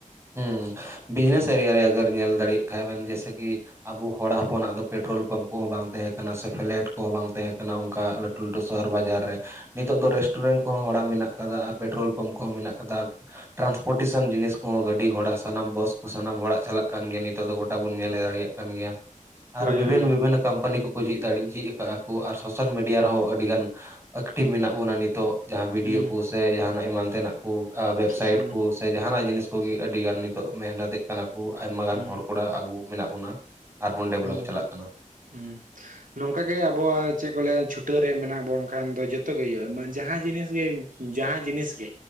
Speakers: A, on the right; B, on the right.
A: ᱦᱩᱸ ᱻ ᱵᱤᱡᱽᱱᱮᱥ ᱮᱨᱤᱭᱟ ᱨᱮ, ᱟᱜᱟᱨ ᱧᱮᱞ ᱫᱟᱲᱮᱭᱟᱜ ᱠᱷᱟᱱ ᱵᱮᱱ, ᱡᱮᱭᱥᱮ ᱠᱤ ᱟᱵᱚ ᱦᱚᱲ ᱦᱚᱯᱚᱱᱟᱜ ᱫᱚ, ᱯᱮᱴᱨᱳᱞ ᱯᱟᱸᱯ ᱠᱚᱦᱚᱸ, ᱵᱟᱝ ᱛᱟᱦᱮᱸ ᱠᱟᱱᱟ, ᱥᱮ, ᱯᱷᱞᱮᱴ ᱠᱚᱦᱚᱸ, ᱵᱟᱝ ᱛᱟᱦᱮᱸ ᱠᱟᱱᱟ, ᱚᱱᱠᱟ ᱞᱟᱹ ᱴᱩ ᱥᱚᱦᱚᱨ ᱵᱟᱡᱟᱨ ᱨᱮ ᱱᱤᱛᱚᱜ ᱫᱚ ᱨᱮᱥᱴᱩᱨᱮᱱᱴ ᱠᱚᱦᱚᱸ ᱦᱚᱲᱟᱜ ᱢᱮᱱᱟᱜ ᱠᱟᱫᱟ ᱟᱨ ᱯᱮᱴᱨᱳᱞ ᱯᱟᱢᱯ ᱠᱚᱦᱚᱸ ᱢᱮᱱᱟᱜ ᱠᱟᱫᱟ ᱾ ᱴᱨᱟᱱᱥᱯᱳᱴᱮᱥᱚᱱ ᱡᱤᱱᱤᱥ ᱠᱚ ᱦᱚᱸ ᱜᱟᱹᱰᱤ ᱜᱷᱚᱲᱟ ᱥᱟᱱᱟᱢ ᱵᱚᱥ ᱠᱚ ᱥᱟᱱᱟᱢ ᱦᱚᱲᱟᱜ ᱪᱟᱞᱟᱜ ᱠᱟᱱ ᱜᱮᱭᱟ ᱱᱤᱛᱚᱜ ᱫᱚ ᱜᱚᱴᱟ ᱵᱚᱱ ᱧᱮᱞᱮ ᱫᱟᱲᱮᱭᱟᱜ ᱠᱟᱱ ᱜᱮᱭᱟ ᱾
B: ᱦᱳᱭ
A: ᱟᱨ ᱵᱤᱵᱷᱤᱱᱱᱚ
B: ᱦᱳᱭ
A: ᱵᱤᱵᱷᱤᱱᱱᱚ ᱠᱳᱢᱯᱟᱱᱤ ᱠᱚᱠᱚ ᱡᱷᱤᱡ ᱫᱟᱲᱮᱜ ᱡᱷᱤᱡ ᱠᱟᱜᱼᱟ ᱠᱚ ᱟᱨ ᱥᱳᱥᱟᱞ ᱢᱤᱰᱤᱭᱟ ᱨᱮᱦᱚᱸ ᱟᱹᱰᱤ ᱜᱟᱱ ᱮᱠᱴᱤᱵᱽ ᱢᱮᱱᱟᱜ ᱵᱚᱱᱟ ᱱᱤᱛᱚᱜ ᱾ ᱡᱟᱦᱟᱸ ᱵᱤᱰᱤᱭᱳ
B: ᱦᱩᱸ
A: ᱠᱚ ᱥᱮ ᱡᱟᱦᱟᱱᱟᱜ ᱮᱢᱟᱱ ᱛᱮᱱᱟᱜ ᱠᱚ ᱭᱮᱵ ᱵᱮᱵᱥᱟᱭᱤᱴ
B: ᱥᱩᱥᱟᱹᱨ
A: ᱠᱚ ᱥᱮ ᱡᱟᱦᱱᱟᱜ ᱡᱤᱱᱤᱥ ᱠᱚᱜᱮ ᱟᱹᱰᱤᱜᱟᱱ ᱱᱤᱛᱚᱜ ᱢᱮᱦᱱᱚᱛᱮᱜ ᱠᱟᱱᱟ ᱠᱚ ᱟᱭᱢᱟ ᱜᱟᱱ
B: ᱦᱩᱸ
A: ᱦᱚᱲ ᱠᱚᱲᱟ ᱟᱵᱚ ᱢᱮᱱᱟᱜ ᱵᱚᱱᱟ ᱾ ᱟᱨᱵᱚᱱ, ᱰᱮᱵᱷᱞᱚᱯ
B: ᱦᱩᱸ
A: ᱪᱟᱞᱟᱜ ᱠᱟᱱᱟ ᱾
B: ᱦᱩᱸ ᱾ ᱱᱚᱝᱠᱟ ᱜᱮ ᱟᱵᱚᱣᱟᱜ ᱪᱮᱫ ᱠᱚ ᱞᱟᱹᱭᱟ ᱪᱷᱩᱴᱟᱹᱣ ᱨᱮ ᱢᱮᱱᱟᱜ ᱵᱚᱱᱠᱷᱟᱱ ᱫᱚ ᱡᱚᱛᱚ ᱜᱮ ᱦᱩᱭᱩᱜᱼᱟ ᱢᱟᱹᱱ ᱡᱟᱦᱟᱸ ᱡᱤᱱᱤᱥ ᱜᱮ ᱡᱟᱦᱟᱸ ᱡᱤᱱᱤᱥᱜᱮ,